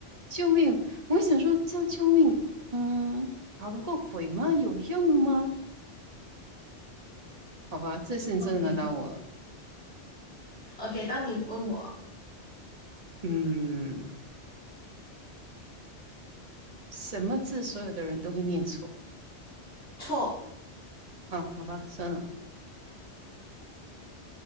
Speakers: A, on the right; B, on the left.
A: 救命！我想说叫救命，嗯，跑得过鬼吗？有用吗？好吧，这次你真的难倒我了。
B: OK OK，当你问我
A: 嗯，什么字所有的人都会念错
B: 错，
A: 啊？好吧，算了。